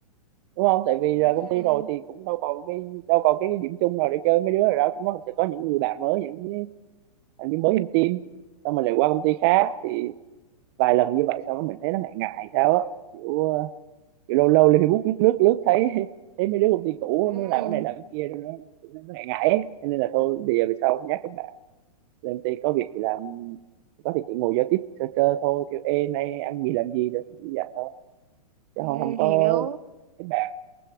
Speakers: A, on the right; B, on the right.
A: đúng không tại vì
B: Ừm,
A: rời công ty rồi thì cũng đâu còn cái đâu còn cái điểm chung nào để chơi mấy đứa rồi đó chúng nó cũng sẽ có những người bạn mới những cái thành viên mới trong team xong mình lại qua công ty khác thì vài lần như vậy sau đó mình thấy nó ngại ngại sao á kiểu Kiểu lâu lâu lên Facebook lướt lướt lướt thấy thấy mấy đứa công ty cũ
B: ừm,
A: nó làm cái này làm cái kia rồi nó, nó, nó ngại ngại ấy. cho nên là thôi bây giờ về sau nhắc các bạn lên công ty có việc thì làm có thì chỉ ngồi giao tiếp sơ sơ thôi kiểu ê nay ăn gì làm gì rồi thì dặn thôi chứ
B: ừm,
A: không không có
B: hiểu
A: các bạn